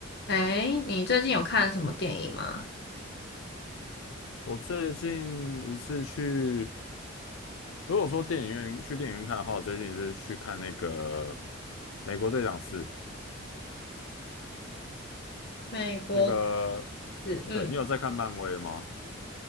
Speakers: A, on the left; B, on the left.
A: 哎，你最近有看什么电影吗？
B: 我最近一次去，如果说电影院去电影院看的话，我最近一次去看那个《美国队长四》。
A: 美国
B: 那个，
A: 是，嗯，
B: 对，你有在看漫威吗？